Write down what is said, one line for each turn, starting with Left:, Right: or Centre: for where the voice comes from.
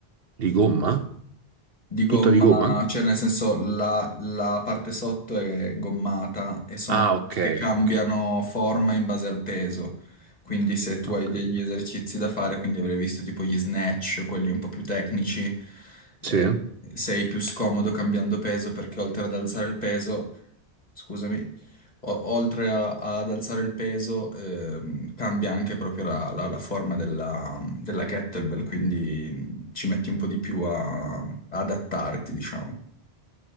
Right: Di gomma?
Left: Di gomma,
Right: Tutta di gomma?
Left: cioè nel senso la, la parte sotto è gommata e sono
Right: Ah,
Left: quelle
Right: ok,
Left: che cambiano
Right: ok.
Left: forma in base al peso. Quindi se tu
Right: Ho
Left: hai
Right: capito.
Left: degli esercizi da fare, quindi avrei visto tipo gli snatch, quelli un po' più tecnici,
Right: Sì,
Left: eh, sei più scomodo cambiando peso perché oltre ad alzare il peso scusami, o- oltre a- ad alzare il peso, ehm, cambia anche proprio la, la- la forma della, della kettlebell, quindi mh, ci metti un po' di più a, a adattarti, diciamo.